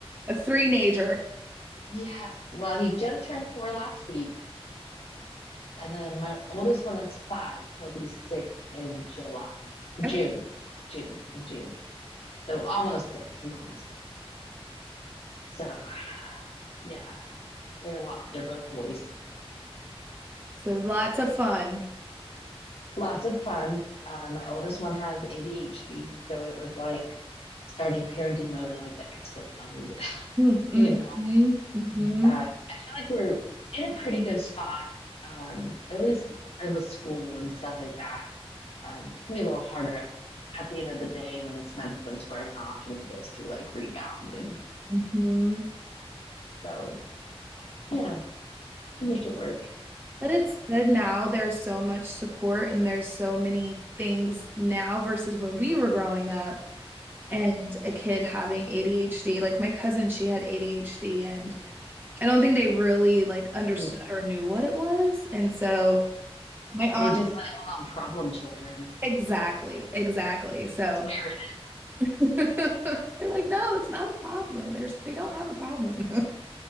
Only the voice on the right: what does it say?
a three-nager.
Okay.
So lots of fun.
Mm-hmm,
hmm
hmm
But it's good now. There's so much support and there's so many things now versus when we were growing up and
a kid having ADHD. Like my cousin, she had ADHD and I don't think they really like understood
or knew what it was. And so my aunt,
exactly, exactly. So
<laughs> They're like, no, it's not a problem. There's they don't have a problem. <laughs>